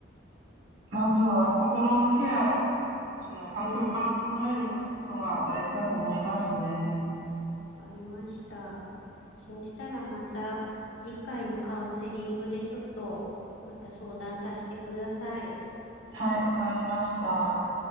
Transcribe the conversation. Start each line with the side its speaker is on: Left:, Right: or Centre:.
Right: まずは心のケアを、その環境から整えることが大事だと思いますね。
Left: うんわかりました。そうしたらまた次回のカウンセリングでちょっとまた相談させてください。
Right: はい、わかりました。